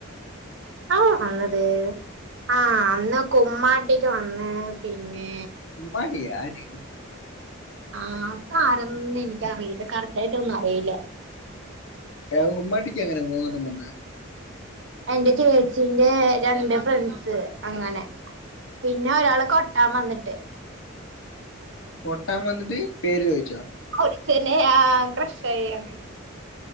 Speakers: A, on the right; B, on the left.
A: ആവന്നത് ആഹ് അന്ന്കുമ്മാട്ടിക്ക് വന്ന്പിന്നെ
B: കുമ്മട്ടിയൊആര്?
A: ആഹ ആരെന്നും എനിക്കറിയില്ല കറക്റ്റ്ആയിട്ടൊന്നഅറിയില
B: ഏഹുമ്മാട്ടിക്കെങ്ങനെമൂന്നെണ്ണം വെന്നെ
A: എന്റെ ചേച്ചീന്റെ രണ്ട്ഫ്രണ്ട്സ് അങ്ങനെ. പിന്നെ ഒരാള് കൊട്ടാൻവന്ന്ട്ട്
B: കൊട്ടാംവന്ന്ട്ട് പേര് ചോദിച്ചോ?
A: കൊച്ചനെ ആ ക്രാഷായിങ്ങനെ